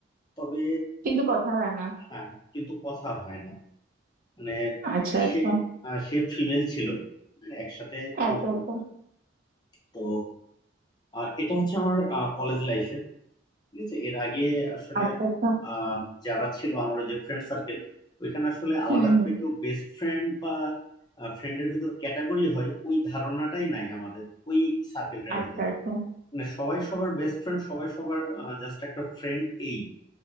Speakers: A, on the left (about 20°); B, on the right (about 45°).
A: তবে
B: কিন্তু কথা হয় না
A: হ্যাঁ কিন্তু কথা হয় না মানে
B: আচ্ছা
A: সে
B: আচ্ছা
A: আহ, সে ফিমেল ছিল একসাথে
B: আচ্ছা
A: পড়তো
B: আচ্ছা
A: তো আহ, এটা হচ্ছে আমার কলেজ লাইফের ঠিক আছে এর আগে আসলে
B: আচ্ছা আচ্ছা
A: আহ, যারা ছিল আমার ওই যে ফ্রেন্ড সার্কেল ওইখানে আসলে আলাদা
B: হুম
A: করে
B: হুম
A: কেউ বেস্ট ফ্রেন্ড বা ফ্রেন্ডের ভিতর ক্যাটাগরি হয় ওই ধারণাটাই নাই আমাদের ওই সার্কেলটার
B: আচ্ছা
A: ভিতর
B: আচ্ছা
A: মানে সবাই সবার বেস্ট ফ্রেন্ড সবাই সবার জাস্ট একটা ফ্রেন্ড এই